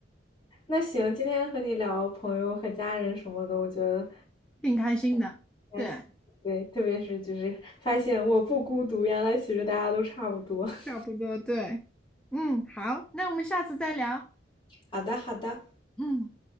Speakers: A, on the left (about 25°); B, in the centre.
A: 那行，今天和你聊朋友和家人什么的，我觉得
B: 挺开心的。
A: 还行。
B: 对，
A: 对，特别是就是发现我不孤独，原来其实大家都差不多。<laughs>
B: 差不多，对。嗯，好，那我们下次再聊。
A: 好的，好的。
B: 嗯。